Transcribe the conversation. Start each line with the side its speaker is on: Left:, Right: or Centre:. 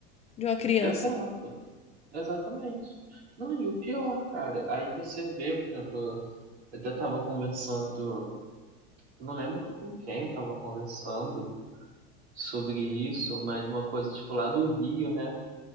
Left: de uma criança.
Right: Exato. Exatamente. Não, e o pior, cara, aí você vê, por exemplo, eu até tava conversando, não lembro com quem eu tava conversando sobre isso, mas uma coisa, tipo, lá do Rio, né?